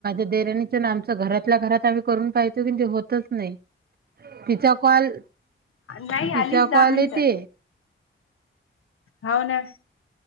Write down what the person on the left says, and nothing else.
नाही
आलीच दहा
मिनिटात
होऊ ना?